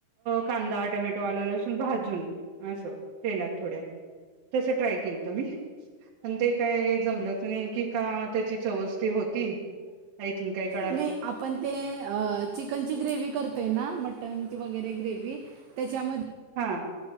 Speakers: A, on the right (about 65°); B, on the right (about 85°).
A: कांदा, टोमॅटो, आल्ल, लसून भाजून असं. तेलात थोड्या. तस ट्राय केलत मी. पण ते काय जमलच नाही. की का त्याची चवच ती होती. आय थिंक काही क
B: नाही, आपण ते अ, चिकनची ग्रेवी करतोय ना, मटनची वगैरे ग्रेवी त्याच्यामध्ये
A: हां